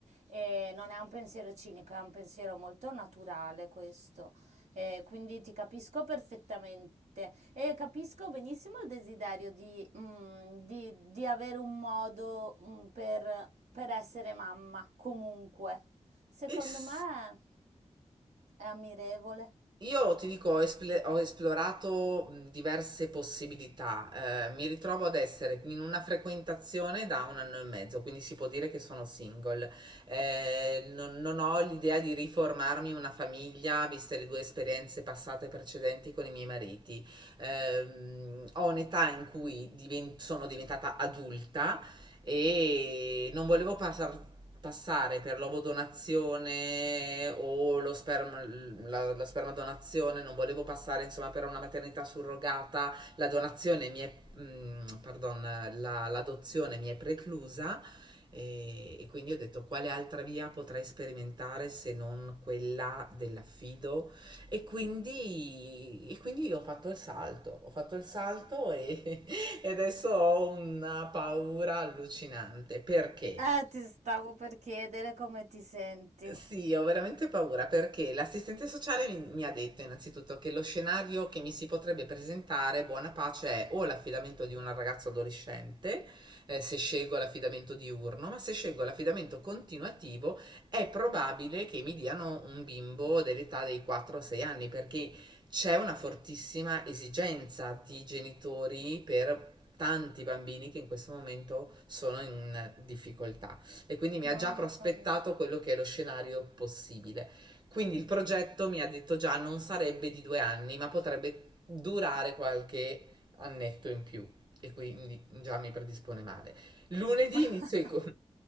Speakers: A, on the right; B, on the right.
A: E non è un pensiero cinico, è un pensiero molto naturale questo. E quindi ti capisco perfettamente e capisco benissimo il desiderio di, mm, di- di avere un modo, mm, per, per essere mamma, comunque. Secondo
B: E s-
A: me è ammirevole.
B: Io ti dico, ho, esple- ho esplorato mh, diverse possibilità. eh, mi ritrovo ad essere in una frequentazione da un anno e mezzo, quindi si può dire che sono single. Eh, non, non ho l'idea di riformarmi una famiglia, viste le due esperienze passate precedenti con i miei mariti. Ehm, ho un'età in cui diven- sono diventata adulta e non volevo passar- passare per l'ovodonazione o lo sperma, la, la spermadonazione, non volevo passare insomma per una maternità surrogata, la donazione mi è, mm, pardon, la- l'adozione mi è preclusa e, e quindi ho detto quale altra via potrei sperimentare se non quella dell'affido e quindi, e quindi ho fatto il salto, ho fatto il salto e e adesso ho una paura allucinante perché
A: Eh, ti stavo per chiedere come ti senti.
B: sì, ho veramente paura perché l'assistente sociale mi, mi ha detto innanzitutto che lo scenario che mi si potrebbe presentare, buona pace, è o l'affidamento di un ragazzo adolescente, eh, se scelgo l'affidamento diurno, ma se scelgo l'affidamento continuativo è probabile che mi diano un bimbo dell'età dei 4-6 anni perché c'è una fortissima esigenza di genitori per tanti bambini che in questo momento sono in difficoltà e quindi mi
A: Mamma
B: ha già prospettato
A: mia.
B: quello che è lo scenario possibile. Quindi il progetto mi ha detto già non sarebbe di due anni, ma potrebbe durare qualche annetto in più e quindi già mi predispone male.
A: <laughs>
B: Lunedì
A: Mm.
B: inizio i, co-